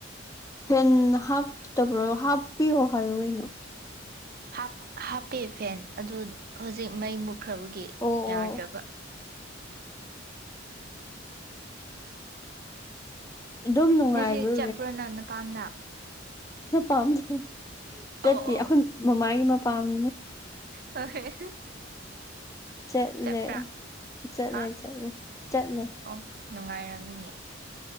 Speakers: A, on the left; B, on the right.
A: ꯐꯦꯟ ꯍꯥꯞꯇꯕ꯭ꯔꯣ ꯍꯥꯞꯄꯤꯌꯣ ꯍꯥꯏꯌꯣ ꯀꯩꯅꯣ
B: ꯍꯥꯞ ꯍꯥꯞꯄꯦ ꯐꯦꯟ ꯑꯗꯨ ꯍꯧꯖꯤꯛ ꯃꯩ ꯃꯨꯠꯈ꯭ꯔꯕꯒꯤ
A: ꯑꯣ
B: ꯌꯥꯗ꯭ꯔꯕ
A: ꯑꯣ ꯑꯗꯨꯝ ꯅꯨꯡꯉꯥꯏꯕ꯭ꯔꯣ
B: ꯉꯁꯤ ꯆꯠꯄ꯭ꯔꯣ ꯅꯪ ꯅꯄꯥꯝꯗ
A: ꯅꯄꯥꯝꯗꯥꯌꯦ ꯆꯠꯇꯦ
B: ꯑꯧ ꯑꯧ
A: ꯑꯩꯈꯣꯏ ꯃꯃꯥꯒꯤ ꯃꯄꯥꯝꯅꯦ
B: ꯑꯣ ꯍꯣꯏ
A: ꯆꯠꯂꯦ
B: ꯆꯠꯄ꯭ꯔꯥ
A: ꯆꯠꯂꯦ
B: ꯍꯥ
A: ꯆꯠꯂꯦ ꯆꯠꯂꯦ
B: ꯑꯣ ꯅꯨꯡꯉꯥꯏꯔꯝꯃꯤꯅꯦ